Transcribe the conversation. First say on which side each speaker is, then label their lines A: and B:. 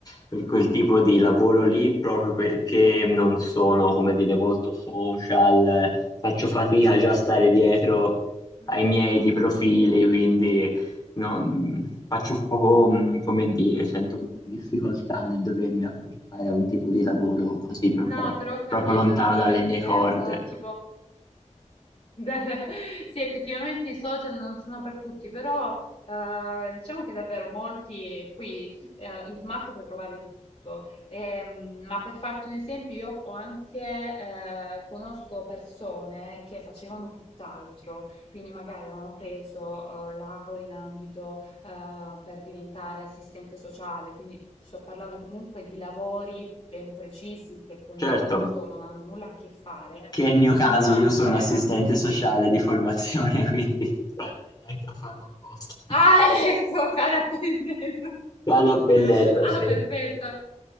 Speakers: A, on the left; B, on the left.
A: per quel tipo di lavoro lì, proprio perché non sono, come dire, molto social, eh, faccio fatica già a stare dietro
B: mm,
A: ai miei di profili, quindi no, mh, faccio poco, mh, come dire, sento un po' di difficoltà nel dovermi approcciare a un tipo di lavoro così proprio,
B: No, però ho capito,
A: proprio lontano
B: sì,
A: dalle mie
B: è
A: corde.
B: un eh, tipo dal- <laughs> Sì, effettivamente i social non sono per tutti, però eh, diciamo che davvero molti, poi eh, in smart puoi trovare di tutto. Ehm, ma per farti un esempio, io ho anche, eh, conosco persone che facevano tutt'altro, quindi magari avevano preso eh, laurea in ambito eh, per diventare assistente sociale, quindi sto parlando comunque di lavori ben precisi che con il
A: Certo,
B: remoto non hanno nulla a che fare
A: che è il mio caso,
B: ma
A: io sono
B: che
A: assistente
B: hanno vissuto...
A: sociale di formazione, <laughs> quindi Guarda, neanche a farlo apposta.
B: Ah, <laughs> ecco, cara pennello.
A: vado a pennello,
B: <laughs> Ah,
A: sì.
B: perfetto.